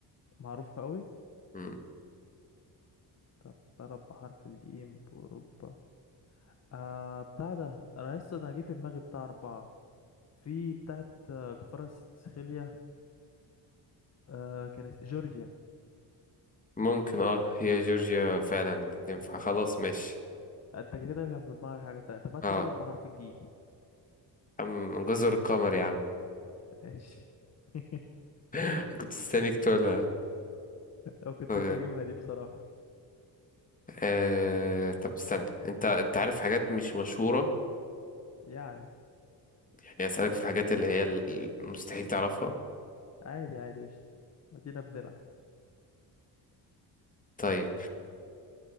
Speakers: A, on the left; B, on the left.
A: معروفة أوي
B: يعني
A: طب بلد بحرف الجيم بأوروبا آه بتاع ده أنا لسه أنا جه في دماغي بتاع أربعة في بتاعت آه، كفارة سخيليا آه كانت جورجيا
B: ممكن اه هي جورجيا فعلا تنفع خلاص ماشي
A: آه، أنت كده كان في دماغك حاجة تانية طب هات
B: اه
A: لي بلد بحرف الجيم
B: عم جزر القمر يا عم
A: ماشي <laughs>
B: <laughs> كنت مستنيك تقولها
A: لو كنتش
B: طيب
A: هجيبها دي بصراحة
B: آه... طب استنى انت انت عارف حاجات مش مشهورة
A: يعني
B: يعني اسألك في الحاجات اللي هي ال- مستحيل تعرفها
A: عادي عادي قشطة أدينا بنلعب
B: طيب